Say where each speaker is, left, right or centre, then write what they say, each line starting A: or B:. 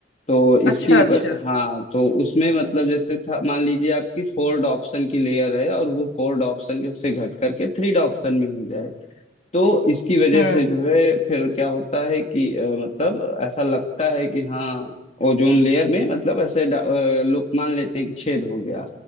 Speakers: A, on the left (about 35°); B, on the left (about 70°).
A: तो इसकी
B: अच्छा अच्छा
A: हाँ तो उसमें मतलब जैसे था मान लीजिए आपकी फोर डॉप्सन की लेयर है और वो फोर डॉप्सन से घट करके थ्री डॉप्सन में हो जाए तो इसकी वजह
B: हम्म
A: से जो है फिर क्या होता है कि अ, मतलब ऐसा लगता है कि हाँ ओजोन लेयर में मतलब ऐसे डा- अ, लोग मान लेते हैं कि छेद हो गया